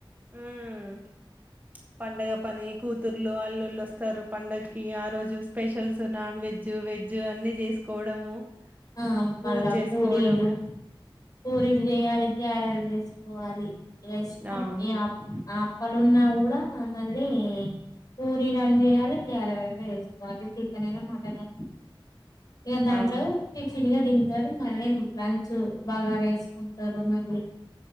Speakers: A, on the right; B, on the left.
A: హ్మ్మ్ పండగ పని కూతుర్లు అల్లుళ్ళు వస్తారు పండగకి ఆ రోజు specials non veg food veg అన్ని చేసుకోవడము
B: ఆ
A: పూజ
B: మళ్ళా
A: చేసుకోవడము
B: పూరీలు పూరీలు చేయాలి గారెల్ చేసుకోవాలి ఎవరిష్టం
A: అవును
B: ఆపిన పనీ ఉన్న కూడా మళ్ళీ పూరిలైన చేయాలి గారలైన వేసుకోవాలి చికెన్ అయిన మటన్ ఇగ దాంట్లో
A: అవును.
B: చినగా తింటారు మళ్ళీ లంచ్ బగారా వేసుకుంటారు మళ్ళీ